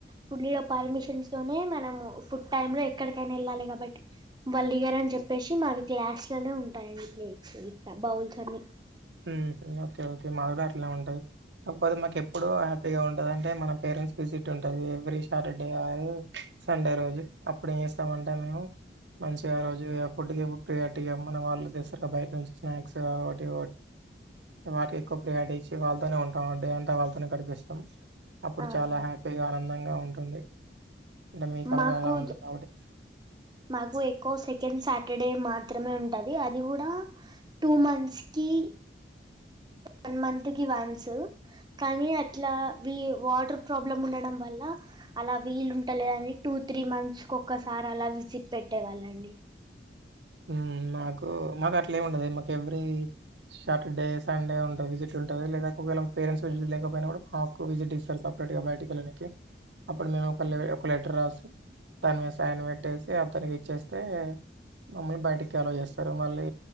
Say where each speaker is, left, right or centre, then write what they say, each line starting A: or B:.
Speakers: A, on the right (about 25°); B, on the right (about 80°).
A: ఫుడ్ లీడర్ పర్మిషన్స్ తోనే మనము ఫుడ్ టైమ్ లో ఎక్కడికైనా వెళ్ళాలి కాబట్టి వాళ్ళు దిగరని చెప్పేసి మావి గ్లాస్ లోనే ఉంటాయిండి ప్లేట్స్ ఇట్లా బౌల్స్ అన్ని
B: ఉమ్ ఓకే ఓకే మాది కూడా అట్లనే ఉంటది కాకపోతే మాకు ఎప్పుడు హ్యాపీగా ఉంటది అంటే మన పేరెంట్స్ విజిట్ ఉంటది ఎవ్రీ సాటర్డే సండే రోజు అప్పుడ ఏం చేస్తామ అంటే మేము మంచిగా రోజు ఫుడ్కిప్పుడు ప్రియర్టీగా మన వాళ్ళు తెస్తారు బయట నుంచి స్నాక్స్ కాటి వాటికి ఎక్కువ ప్రియాటీ ఇచ్చి వాళ్ళతోనే ఉంటాం అంటడి అంతా వాళ్ళతోనే గడిపిస్తాం అప్పుడు
A: అవునండి
B: చాలా హ్యాపీగా ఆనం అందంగా ఉంటుంది అంటే మీ కాలేజ్
A: మాకు
B: అలా ఉంటది కాబట్టి
A: మాకు ఎక్కువ సెకండ్ సాటర్డే మాత్రమే ఉంటది అది కూడా టూ మంత్స్ కి వన్ మంత్ కి వన్స్ కానీ అట్లా వి వాటర్ ప్రాబ్లమ్ ఉండడం వల్ల అలా వీలు ఉంటలేదని టూ త్రీ మంత్స్ కి ఒక్కసారి అలా సిప్పెట్టేవాళ్ళండి
B: ఉమ్ మాకు మాకు అట్లేమీ ఉండదు మాకు ఎవ్రీ షాటర్డే సండే ఉంటుంది విజిట్ ఉంటది లేదా ఒకవేళ పేరెంట్స్ విజిట్ లేకపోయినా కూడా మాకు విజిట్ ఇస్తారు సపరేట్గా బయటికి వెళ్ళనికి అప్పుడు మేము ఒక ఒక లెటర్ రాసి దాన్ని మేము సైన్ వేట్టేసి అతనికిచ్చేస్తే మమ్మల్ని బయటికి అలో చేస్తారు మళ్ళీ